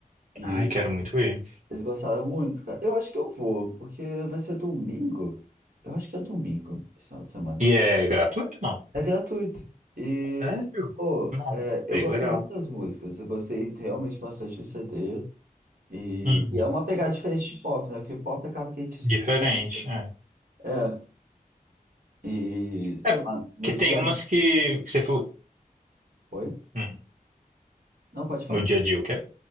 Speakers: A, on the right; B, on the right.
A: e
B: Ai, quero muito ver.
A: eles gostaram muito, cara. Eu acho que eu vou, porque vai ser domingo. Eu acho que é domingo, esse final de semana.
B: E é gratuito? Não.
A: É gratuito. E,
B: Sério?
A: pô,
B: Não.
A: é, eu
B: Bem
A: gosto
B: que legal.
A: muito das músicas, eu gostei realmente bastante do CD. E,
B: Uhum.
A: e é uma pegada diferente de pop, né? Porque pop acaba que a gente escuta.
B: Diferente, é.
A: É, e sei
B: É porque
A: lá, no
B: tem
A: dia.
B: umas que, que você falou,
A: Oi?
B: hum,
A: Não, pode falar.
B: no dia a dia, o quê?